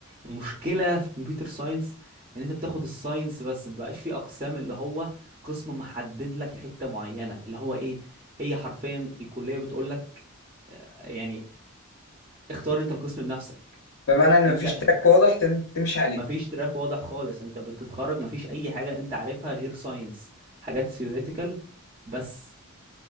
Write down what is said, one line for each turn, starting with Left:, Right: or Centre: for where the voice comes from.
Right: المشكله في كمبيوتر ساينس ان انت بتاخد الساينس بس مبقاش في اقسام اللي هو قسم محدد لك حته معينه اللي هو ايه هي حرفيا الكليه بتقول لك آه، يعني اختار انت القسم بنفسك
Left: بمعنى ان
Right: انت
Left: مفيش تراك واضح تم- تمشي عليه
Right: مفيش تراك واضح خالص انت بتتخرج مفيش اي حاجه انت عارفها غير ساينس حاجات ثيوريتيكال بس